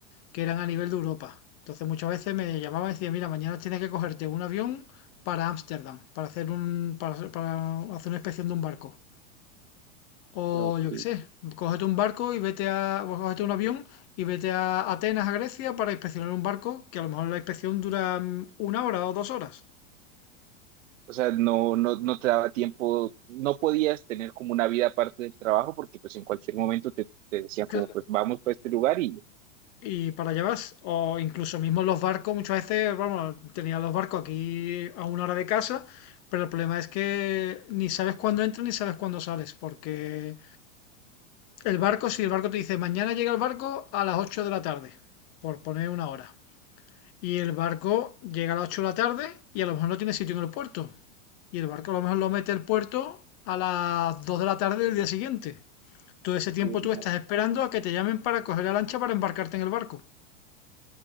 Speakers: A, on the left (about 40°); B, on the right (about 80°).
A: que eran a nivel de Europa. Entonces muchas veces me llamaba y decía, mira, mañana tienes que cogerte un avión para Ámsterdam, para hacer un, para, para hacer una inspección de un barco. O
B: Ok.
A: yo qué sé, cógete un barco y vete a, o cógete un avión y vete a Atenas, a Grecia, para inspeccionar un barco que a lo mejor la inspección dura mm, una hora o dos horas.
B: O sea, no, no, no te daba tiempo, no podías tener como una vida aparte del trabajo porque pues en cualquier momento te, te decían como
A: Que
B: pues vamos para este lugar y,
A: y para llevas, o incluso mismo los barcos, muchas veces, vamos, tenía los barcos aquí a una hora de casa, pero el problema es que ni sabes cuándo entras ni sabes cuándo sales, porque el barco, si el barco te dice mañana llega el barco a las 8 de la tarde, por poner una hora, y el barco llega a las 8 de la tarde y a lo mejor no tiene sitio en el puerto, y el barco a lo mejor lo mete el puerto a las 2 de la tarde del día siguiente. Todo ese tiempo
B: Uy,
A: tú
B: no,
A: estás esperando a que te llamen para coger la lancha para embarcarte en el barco.